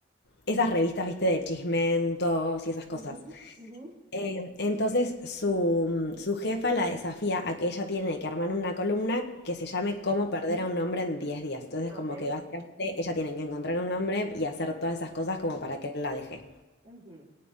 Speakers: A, on the left; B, on the right.
A: esas revistas, viste, de chismentos y esas cosas.
B: ujú, ujú,
A: Eh, entonces su, su jefa la desafía a que ella tiene que armar una columna que se llame
B: ujú.
A: Cómo perder a un hombre en diez días. Entonces
B: Ah,
A: como
B: Ok.
A: que básicamente ella tiene que encontrar a un hombre y hacer todas esas cosas como para que él la deje.
B: Ujú.